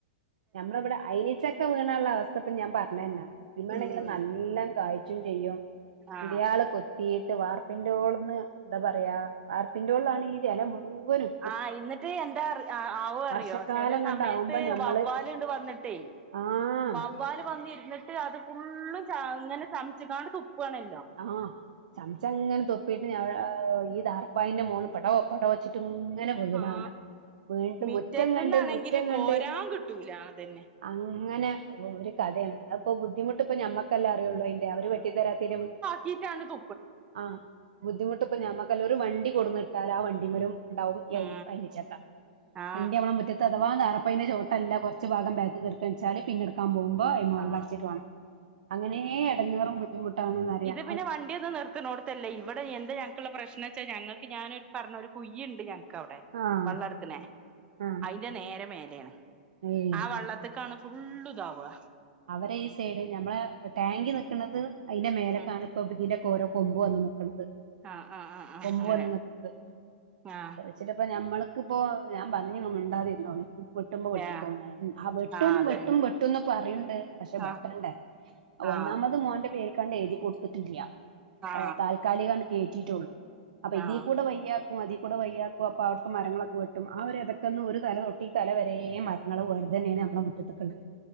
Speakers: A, on the right (about 70°); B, on the right (about 25°).
A: ഞമ്മളെ ഇബ്ടെ അയിനി ചക്ക വീണാള്ള അവസ്ഥ ഇപ്പപിൻ ഞാൻ പർണര്നാ പിന്നാണെങ്കില്
B: ഉം
A: നല്ലംകായ്ച്ചും ചെയ്യും
B: ആ
A: കിളിയാള് കൊത്തിയിട്ട് വാർപ്പിൻ്റോൾന്ന് എന്താ പറയാ വാർപ്പിൻ്റോള്ളാണ് ഈ ജല മുഴുവ്വനും
B: ആഹ് ഇന്ന്ട്ട് എന്താ അറ് ആഹ് ആവോ അറിയോ
A: വർഷക്കാലം
B: ചെല സമയത്ത്
A: കണ്ടാവുമ്പോ ഞമ്മള്
B: വവ്വാ ല്ണ്ട് വന്ന്ട്ടേ
A: ആഹ്
B: വവ്വാല് വന്നിര്ന്ന്ട്ട് അത് ഫുള്ളും ചാഇങ്ങനെ ചംച്ച്ക്കാണ്ട് തുപ്പാണേ
A: ആഹ് ചംച്ചങ്ങനെ തുപ് പിന്നെ ഏ ഈ ടാർപ്പായിന്റെ മോളില് പടോ പടോ ച്ചിട്ട് ഇങ്ങനെ വീണാണ്
B: ആ
A: വീണിട്ട്
B: മിറ്റത്തുന്നാണെങ്കില്
A: മുറ്റംങ്ങണ്ട് മുറ്റംങ്ങണ്ട്
B: കോരാൻ കിട്ടൂല അതന്നെ
A: അങ്ങനെ ഒര് കഥേണ് അ ഇപ്പോ ബുദ്ധിമുട്ട് പ്പൊ ഞമ്മക്കല്ലേ അറിയുള്ളു അയിന്റെ അവര് വെട്ടി തരാതെയിൻ്റെ നമ്
B: ചീട്ടാണ്തും
A: ആഹ് ബുദ്ധിമുട്ടിപ്പോ ഞമ്മക്കല്ലേ ഒരു വണ്ടി കൊണ്ടോന്ന് ഇട്ടാല് ആഹ് വണ്ടിമേലും ഉണ്ടാവും ഈ
B: ആ
A: ഐനി ചക്ക.
B: ആ
A: എന്റെ അമ്മ മുറ്റത്ത് അഥവാ ദാറപ്പായിന്റെ ചോട്ടല്ല കുറച്ച് ഭാഗം ബാക്കി കെടക്കണിച്ചാല് പിന്നെടുക്കാൻ പോവുമ്പോ ഇമ്മ വെള്ള
B: ആ
A: അടച്ചിട്ട് വേണം അങ്ങനെ എടങ്ങേറും ബുദ്ധിമുട്ടാണന്ന് അറിയാം.
B: അപ്പൊ പിന്നെ വ വണ്ടിന്ന് നിർത്തിനോടത്തല്ലേ ഇവിടെ എന്തെ ഞങ്ങൾക്കുള്ള പ്രശ്നം വച്ചാൽ ഞങ്ങൾക്ക് ഞാനൊരു പറഞ്ഞൊരു കുഴിയുണ്ട് എന്ന്. ഒക്കെ അവിടെ
A: ആഹ്
B: വെള്ളം എടുക്കണേ
A: ആഹ്
B: അയിന്റെ നേരെ മേലെയാണ്
A: ഏഹ്
B: ആഹ് വെള്ളം. ഇതൊക്കെയാണ് ഫുള്ളും ഇതാവുക.
A: അവരെ ഈ സൈഡ് ഞമ്മളെ ടാങ്കിൽ നിക്കണത് അയിന്റെ മേലക്കാണ്.
B: ഉം
A: ഇപ്പൊ ഇതിന്റെ ഒക്കെ ഓരോ കൊമ്പ് വന്ന് നിക്കണ്.
B: ആ ആ ആ ആ
A: കൊമ്പ്
B: അങ്ങനെ
A: വന്ന് നിക്കണത്.
B: ആ
A: ചിലപ്പോൾ നമ്മൾക്ക് ഇപ്പൊ ഞാൻ പറഞ്ഞു മുണ്ടാതിരുന്നോളാൻ. വെട്ടുമ്പോ വെട്ടിക്കോളേന്ന്
B: ആ
A: ആഹ് വെട്ടും
B: ആ അതന്നെ
A: വെട്ടും വെട്ടുന്ന് പറഞ്ഞു. ക്ക് പക്ഷെ വെട്ടണ്ടേ
B: ആ ആ
A: ഒന്നാമത് മോന്റെ പേരുക്കേണ്ട് എഴുതി കൊടുത്തിട്ടില്ല.
B: ആ
A: ആഹ് താൽക്കാലിയേണ്ട കേറ്റിയിട്ടൊള്ളൂ അപ്പൊ
B: ആ
A: ഇതിക്കുടെ വലിയ. അതിക്കൂടെ വയ്യാക്കും അപ്പൊ അവടുത്തെ മരങ്ങളൊക്കെ വെട്ടും, ആഹ് ഒരതകന്നും ഒരു തല തൊട്ട് ഈ തല വരെമാണ്. ഇങ്ങള് ഓല് തന്നേണ് നമ്മടെ മുറ്റത്ത് ഒക്കെ ഉള്ളത്.